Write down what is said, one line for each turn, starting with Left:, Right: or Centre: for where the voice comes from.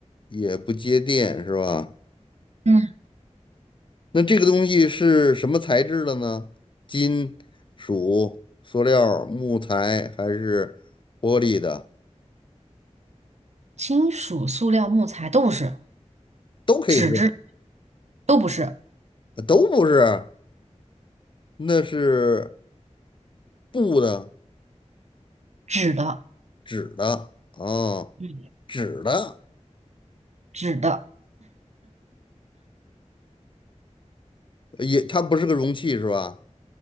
Left: 也不接电，是吧？
Right: 嗯，
Left: 那这个东西是什么材质的呢？金属、塑料、木材还是玻璃的？
Right: 金属、塑料、木材都不是，
Left: 都可以是。
Right: 纸质都不是，
Left: 呃都不是，那是布的、
Right: 纸的，
Left: 纸的啊，
Right: 嗯，
Left: 纸的
Right: 纸的，
Left: 也，它不是个容器是吧？